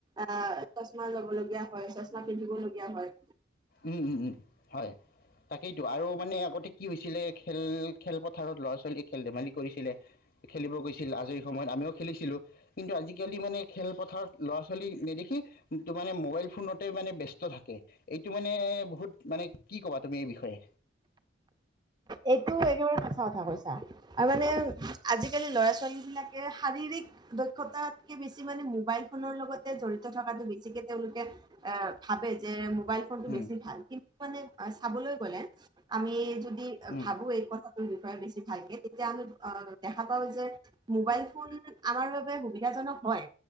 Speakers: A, on the right; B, on the left.
A: আহ চচমা লব লবগীয়া হয় চচমা পিন্ধিব লগীয়া হয়
B: উম উম হয় তাকেইতো আৰু মানে আগতে কি হৈছিলে খেল খেলপথাৰত ল'ৰা ছোৱালীয়ে খেল ধেমালি কৰিছিলে খেলিব গৈছিল আজৰি সময়ত আমিও খেলিছিলোঁ কিন্তু আজিকালি মানে খেলপথাৰত ল'ৰা ছোৱালী নেদেখি ত মানে মোবাইল ফোনতে মানে ব্যস্ত থাকে এই এটো মানে বহুত মানে কি ক'বা তুমি এই বিষয়ে
A: এইটো একেবাৰে সঁচা কথা কৈছা তৰ মানে আজিকালি ল'ৰা ছোৱালী বিলাকে শাৰীৰিক দক্ষতাতকে বেছি মানে মোবাইল ফোনৰ লগতে জড়িত থকাটো বেছিকে তেওঁলোকে এ ভাবে যে মোবাইল ফোনটো
B: উম,
A: বেছি ভাল মানে চাবলৈ গ'লে আমি যদি
B: উম,
A: ভাবো এই কথা তোৰ বিষয়ে বেছি ভালকে তেতিয়া আমি দেখা পাওঁ যে মোবাইল ফোন আমাৰ বাবে সুবিধাজনক হয়